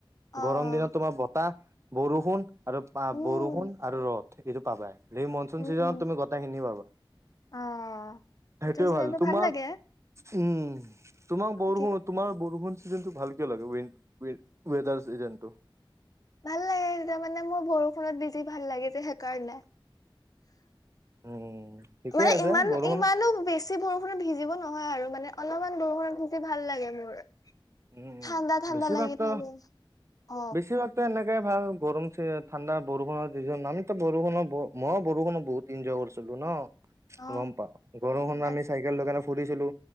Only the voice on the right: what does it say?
গৰম দিনত তোমাৰ বতাহ বৰষুণ আৰু পা
বৰষুণ আৰু ৰদ এইটো পাবাই সেই মনচুন
চিজনত
তুমি গটেই খিনি পাবা
সেইটোৱে
ভাল তোমাক
উম তোমাক বৰষুন
তোমাৰ বৰষুণ চিজন টো ভাল কিয় লাগে ৱে ৱে ৱেডাৰ চিজানটো
উম ঠিকে
আছে
বৰষুণ
উম
বেছিভাগ
ত
বেছিভাগ ত এনেকে ভাল গৰম চে ঠাণ্ডা বৰষুণৰ ৰিজন আমি বৰষুণৰ মইও বৰষুণত বহুত এনজয় কৰিছিলো ন
গম পাও বৰষুণ
আমি চাইকেল লৈ কেনে ফুৰিছিলো